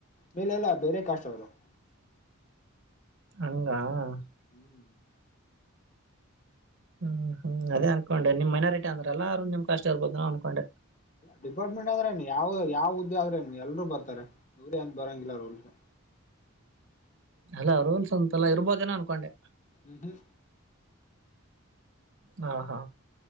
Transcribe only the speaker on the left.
ಮೇಲೆಲ್ಲ ಬೇರೆ ಕಾಷ್ಟ ಅವ್ರು <unintelligible>
ಹ್ಮ್ <unintelligible>
ಡಿಪಾರ್ಟ್ಮೆಂಟ್ ಅಂದ್ರೆನ್ ಯಾವ್ ಯಾವ ಹುದ್ದೆ ಆದ್ರೇನು ಎಲ್ರು ಬರರೆ ಇವ್ರೇ ಅಂತ ಬರೋಂಗಿಲ್ಲ ರೋಲ್ <unintelligible>
ಹ್ಮ ಹ್ಮ